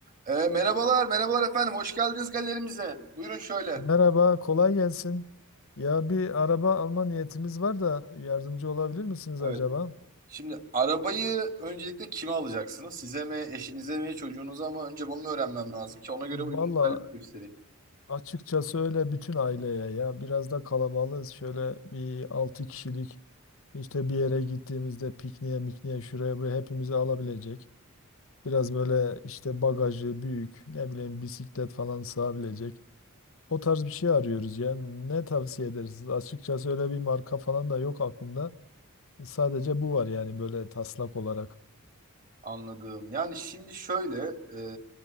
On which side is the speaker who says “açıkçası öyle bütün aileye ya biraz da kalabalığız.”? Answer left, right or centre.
Left